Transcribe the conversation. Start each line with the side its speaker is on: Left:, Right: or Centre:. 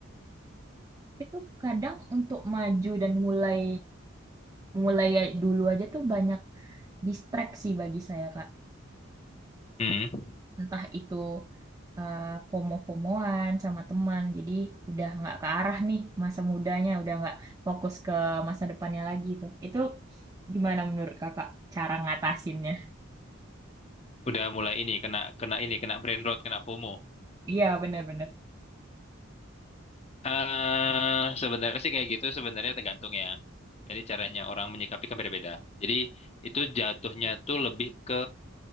Right: itu kadang untuk maju dan mulai mulai dulu aja tuh banyak distraksi bagi saya Kak.
Left: Hmm. Hmm.
Right: entah itu eh, FOMO-FOMOan sama teman jadi udah nggak ke arah nih masa mudanya udah nggak fokus ke masa depannya lagi tuh itu gimana menurut kakak cara ngatasinnya
Left: Udah mulai ini kena kena ini kena brain rot, kena FOMO.
Right: iya benar-benar
Left: eh sebenarnya sih kayak gitu sebenarnya tergantung ya. Jadi caranya orang menyikapi kan beda-beda. Jadi itu jatuhnya tuh lebih ke